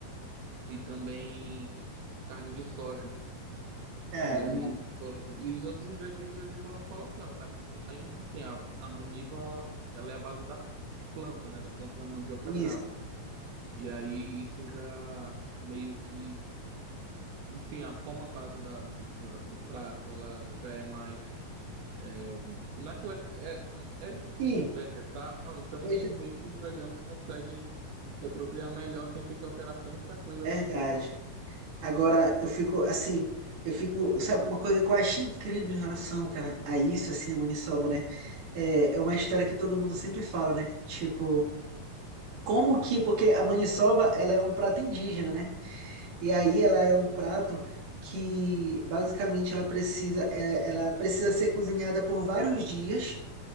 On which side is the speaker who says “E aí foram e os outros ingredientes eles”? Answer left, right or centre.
Right